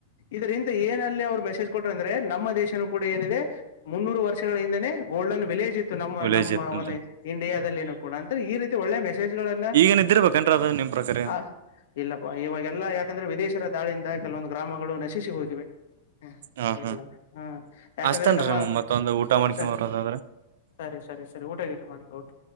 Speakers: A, on the left; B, on the right.
A: ಇದರಿಂದ ಏನ ಅಲ್ಲಿ ಅವ್ರು ಮೆಸೇಜ್ ಕೊಟ್ರ ಅಂದ್ರೆ ನಮ್ಮ ದೇಶನು ಕೂಡ ಏನಿದೆ ಮುನ್ನೂರು ವರ್ಷಗಳ ಹಿಂದೆನೆ ಗೋಲ್ಡನ್ ವಿಲೇಜ್ ಇತ್ತು ನಮ್ಮ
B: ವಿಲೇಜ್
A: ನಮ್ಮ
B: ಇತ್ತಂತ
A: ಒಂದು ಇಂಡಿಯಾದಲ್ಲಿನ ಕೂಡ ಅಂದ್ರೆ ಈ ರೀತಿ ಒಳ್ಳೆ ಮೆಸೇಜ್ ಗಳನ್ನ
B: ಈಗೇನ್ ಇದ್ದಿರ್ಬೇಕೇನ್ರೀ ಅದು ನಿಮ್ ಪ್ರಕಾರ ಏನ್
A: ಹ ಇಲ್ಲಪ್ಪಾ ಇವಾಗೆಲ್ಲಾ ಯಾಕಂದ್ರೆ ವಿದೇಶರ ದಾಳಿಯಿಂದ ಕೆಲವೊಂದು ಗ್ರಾಮಗಳು ನಶಿಸಿ ಹೋಗಿವೆ ಹ
B: ಹಾ ಹಾ
A: ಎಲ್ಲ ಹಾ ಯಾಕಂದ್ರೆ
B: ಅಸ್ತೇನ್ರಿ
A: ನಮ್ಮ
B: ಮತ್ತೊಂದು ಊಟ ಮಾಡ್ಕೊಂಬರದಾದ್ರೆ
A: ಸ ಸರಿ ಸರಿ ಸರಿ ಊಟಗಟ್ಟು ಮಾಡ್ೌದು